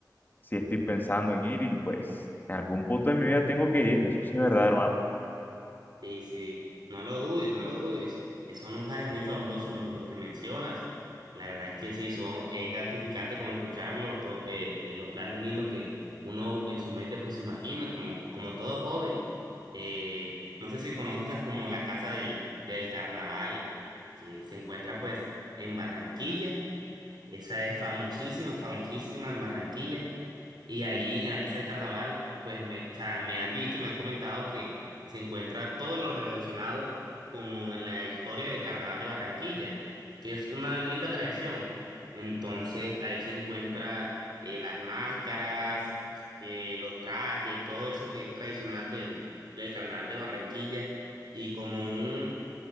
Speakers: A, on the left; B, on the right.
A: sí estoy pensando en ir y pues en algún punto de mi vida tengo que ir, eso sí es verdad, hermano.
B: Sí, sí, no lo dudes, no lo dudes, que son lugares muy fabulosos los, los que mencionas. La verdad es que sí, son, es gratificante como escucharlo, to- eh, eh, los planes lindos que uno en su mente pues se imagina, como, como todo joven. Eh, no sé si conozcas como la Casa del, del Carnaval, que se encuentra pues en Barranquilla Esa es famosísima, famosísima en Barranquilla. Y ahí en la Casa del Carnaval, pues me, o sea, me han dicho, me han comentado que se encuentra todo lo relacionado como en la historia del Carnaval de Barranquilla, que es una linda tradición. Entonces ahí se encuentra eh, las máscaras, eh, los trajes, todo eso que es tradicional del, del Carnaval de Barranquilla. Y como un